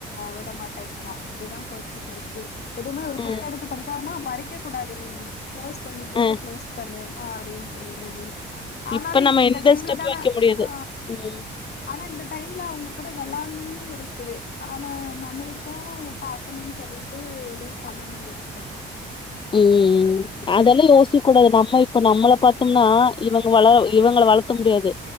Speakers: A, on the left; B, on the left.
A: விட மாட்டேங்கிறா அப்டிதா போய்கிட்டு இருக்கு எதுவுமே ஒரு
B: அ
A: புக் எடுத்து படிக்காம படிக்க கூடாது நீமே க்ளோஸ் பண்ணு புக்க
B: அ
A: க்ளோஸ் பண்ணு அ அப்டின் சொல்ற ஆனாலு
B: இப்ப நம்ம
A: இந்த
B: எந்த
A: டைம்ல
B: ஸ்டெப்பு
A: தானே
B: வைக்க முடியாது
A: ஆ
B: ம்
A: ஆனா இந்த டைம்ல அவங்க கூட வெளயாணுனு இருக்கு ஆனா நம்முளுக் கு பாக்கணுனு சொல்லிட்டு எதுவும் பண்ண முடியலக்கா
B: உம் அதெல்லா யோசிக்க கூடாது நம்ம இப்ப நம்மள பாத்தோம்னா இவங்க வளர இவங்கள வள த்த முடியாது